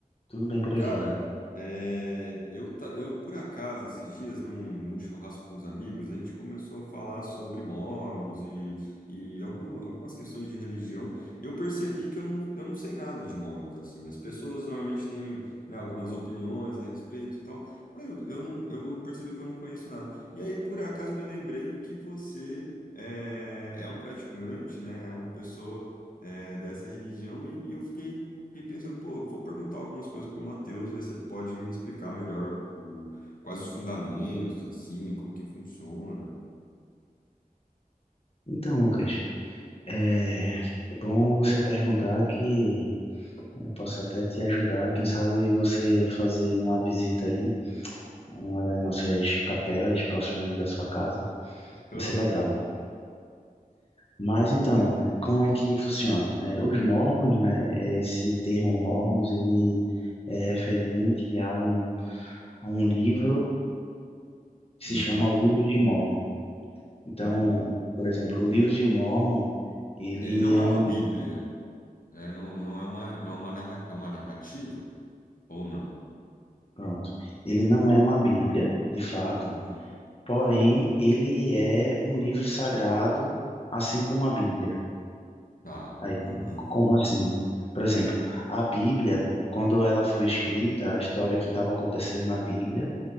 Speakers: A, on the left; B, on the left.
A: Tudo bem por aqui.
B: Cara, é, eu, ta- eu, por acaso, esses dias, num, num churrasco com os amigos, a gente começou a falar sobre Mormons e, e algum- algumas questões de religião, e eu percebi que eu não, eu não sei nada de Mormons, assim. As pessoas normalmente têm, né, algumas opiniões a respeito e tal, mas eu, eu não, eu percebi que eu não conheço nada. E aí, por acaso, eu me lembrei que você é, é um praticante, né, é uma pessoa... é, dessa religião e, e eu fiquei fiquei pensando, pô, vou perguntar algumas coisas pro Matheus, ver se ele pode me explicar melhor o, quais os fundamentos, assim, como que funciona.
A: Então, Lucas, é bom você perguntar que eu posso até te ajudar. Quem sabe você fazer uma visita aí a uma das nossas capelas próximo aí da sua casa.
B: Ah,
A: Vai ser legal.
B: legal.
A: Mas então, é, como é que funciona? É, os mormons, né? é, Esse termo mormons, ele é referente a um, a um livro que
B: Uhum,
A: se chama o Livro de Mormon. Então,
B: uhum.
A: por exemplo, o Livro de Mormon Ele
B: Ele não
A: é
B: é uma
A: um,
B: Bíblia, né? Não, não é uma, não é uma narra, é uma narrativa ou não?
A: pronto. Ele não é uma Bíblia, de fato,
B: Uhum.
A: porém ele é um livro sagrado, assim como a Bíblia.
B: Tá.
A: Aí,
B: Uhum.
A: como assim? Por exemplo, a Bíblia, quando ela foi escrita, a história que estava acontecendo na Bíblia,